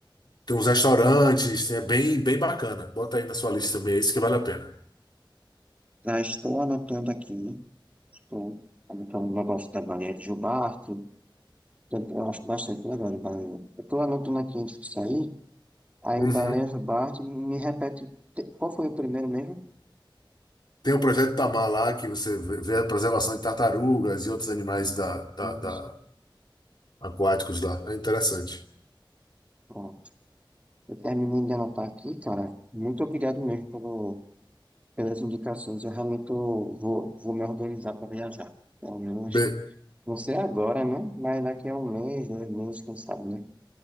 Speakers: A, on the left (about 60°); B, on the right (about 15°).
A: tem uns restaurantes, é bem, bem bacana. Bota aí na sua lista também, esse que vale a pena.
B: Já estou anotando aqui, né? Estou anotando o negócio da baleia de Gilbarto. Eu eu acho bastante legal de baleia. Eu estou anotando aqui antes de sair. Aí
A: Uhum.
B: Baleias do Bártaro, me repete te- qual foi o primeiro mesmo?
A: Tem o projeto Itamar lá, que você vê a preservação de tartarugas e outros animais da, da, da-
B: Isso,
A: aquáticos lá. É interessante.
B: pronto. Eu terminei de anotar aqui, cara. Muito obrigado mesmo pelo, pelas indicações. Eu realmente tô- vou, vou me organizar para viajar. Pelo menos,
A: Be-
B: não sei agora, né? Mas daqui a um mês, dois meses, quem sabe, né?